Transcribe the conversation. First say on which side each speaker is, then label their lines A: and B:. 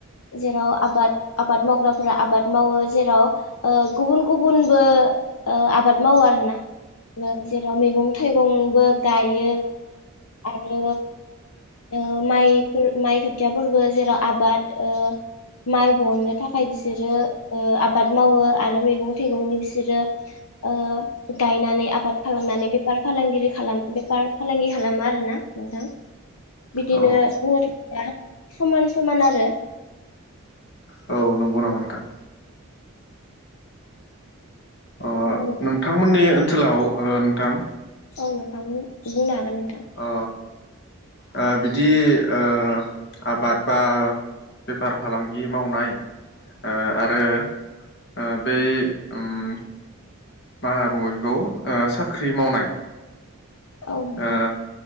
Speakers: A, on the left; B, on the left.
A: जेराव आबाद आबाद मावग्राफोरा आबाद मावो जेराव ओ गुबुन गुबुनबो ओ आबाद मावो आरोना जेराव मैगं थाइगंबो गायो। आरो ओ माइफोर माइ खोथियाफोरबो जेराव आबाद ओ माइ बहननो थाखाय बिसोरो ओ आबाद मावो आरो मैगं थाइगंनि बिसोरो ओ गायनानै आबाद खालामनानै बेफार फालांगिरि खालाम बेफार फालांगि खालामो आरोना नोंथां। बिदिनो
B: औ
A: बुंनो थाङोब्ला समान समान आरो
B: औ नंगौ नामा नोंथां अ
A: ओ
B: नोंथांमोननि ओनसोलाव ओ नोंथां
A: औ नोंथां बुं-बुंनो हागोन नोंथां।
B: अ ओ बिदि ओ आबाद बा बेफार फालांगि मावनाय ओ आरो ओ बै ओम मा होनना बुङो बेखौ ओ साख्रि मावनाय
A: औ नोंथां।
B: ओ